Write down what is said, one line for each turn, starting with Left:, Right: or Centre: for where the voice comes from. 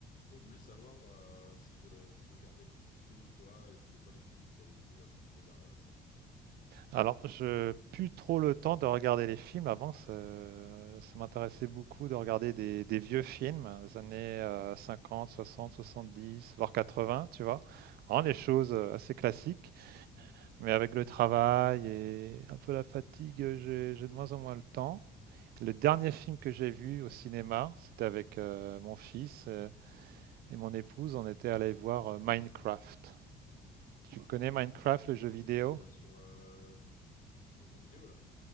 Left: Je voulais savoir euh, si tu, euh, si tu regardais beaucoup de films, toi, et c'était quoi les films que tu avais vus un petit peu dernièrement?
Right: Alors, je plus trop le temps de regarder les films. Avant, ça, ça m'intéressait beaucoup de regarder des, des vieux films, des années euh, 50, 60, 70, voire 80, tu vois. Vraiment les choses euh, assez classiques. Mais avec le travail et un peu la fatigue, euh, j'ai j'ai de moins en moins le temps. Le dernier film que j'ai vu au cinéma, c'était avec euh, mon fils euh, et mon épouse. On était allés voir euh, Minecraft. Tu connais Minecraft,
Left: Ouais, ok,
Right: le jeu
Left: c'est
Right: vidéo?
Left: le film sur euh, le jeu vidéo, là.